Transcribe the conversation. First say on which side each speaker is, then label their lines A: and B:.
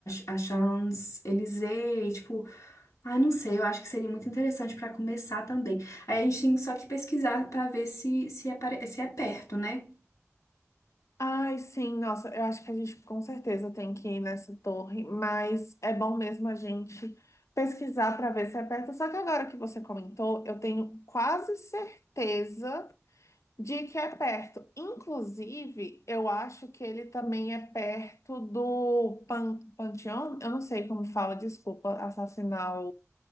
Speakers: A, on the left; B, on the left.
A: a Champs-Élysées, tipo. Ah, não sei, eu acho que seria muito interessante para começar também. Aí a gente tem só que pesquisar para ver se, se, é, se é perto, né?
B: Ai, sim, nossa, eu acho que a gente com certeza tem que ir nessa torre, mas é bom mesmo a gente pesquisar para ver se é perto. Só que agora que você comentou, eu tenho quase certeza de que é perto. Inclusive, eu acho que ele também é perto do Pan Panteão, eu não sei como fala, desculpa, assassinar